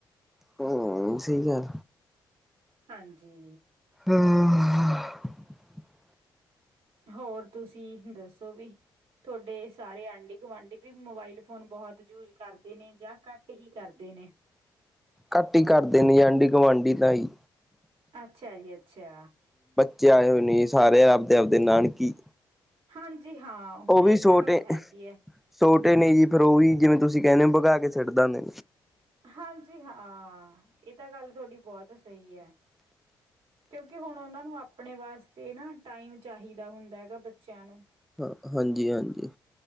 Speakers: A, in the centre; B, on the right.
A: ਹਂ ਸਹੀ ਗੱਲ।
B: ਹਾਂਜੀ।
A: ਹਂ <unintelligible>
B: ਹੋਰ ਤੁਸੀਂ ਦੱਸੋ ਵੀ ਤੁਹਾਡੇ ਸਾਰੇ ਆਂਢੀ-ਗੁਆਂਢੀ ਵੀ ਮੋਬਾਈਲ ਫੋਨ ਬਹੁਤ ਯੂਜ ਕਰਦੇ ਨੇਂ ਜਾਂ ਘੱਟ ਹੀ ਕਰਦੇ ਨੇਂ।
A: ਘੱਟ ਹੀ ਕਰਦੇ ਨੇ ਆਂਢੀ, ਗੁਆਂਢੀ ਤਾਂ ਹੀ।
B: ਅੱਛਾ ਜੀ। ਅੱਛਾ।
A: ਆ ਹੋ ਨੀ ਸਾਰੇ ਆਪਦੇ, ਆਪਦੇ ਨਾਨਕੀ
B: ਹਾਂਜੀ ਹਾਂ ਹੁਣ
A: ਉਹ
B: ਇਹ
A: ਵੀ ਛੋਟੇ,
B: ਤਾਂ ਗੱਲ ਹੈਗੀ
A: <unintelligible>
B: ਹੈ
A: ਛੋਟੇ ਨੇਂ ਜੀ ਫਿਰ ਉਹ ਵੀ ਜਿਵੇਂ ਤੁਸੀਂ ਕਹਿੰਦੇ ਹੋ ਭਗਾ ਕੇ ਛਡ ਦਾ ਉਣੇ।
B: ਹਾਂਜੀ ਹਾਂ। ਇਹ ਤਾਂ ਗੱਲ ਤੁਥਹਡੀ ਬਹੁਤ ਸਹੀ ਐ। ਕਿਉਂਕਿ ਹੁਣ ਉਹਨਾਂ ਨੂੰ ਆਪਣੇ ਵਾਸਤੇ ਨਾ ਟਾਈਮ ਚਾਹੀਦਾ ਹੁੰਦਾ ਹੈਗਾ ਬੱਚਿਆਂ ਨੂੰ।
A: ਹਾਂ ਹਾਂਜੀ, ਹਾਂਜੀ।